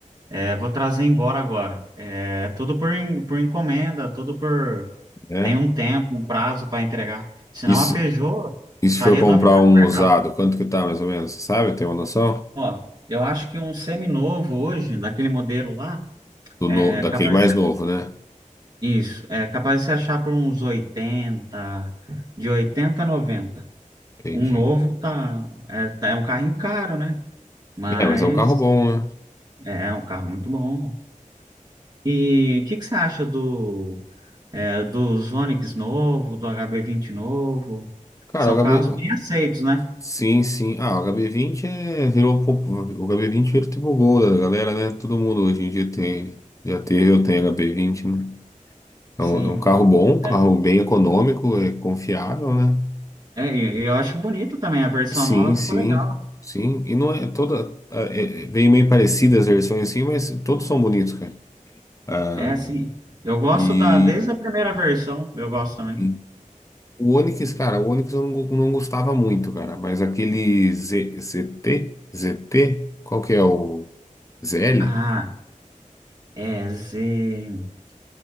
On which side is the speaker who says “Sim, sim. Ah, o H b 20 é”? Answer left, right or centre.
Left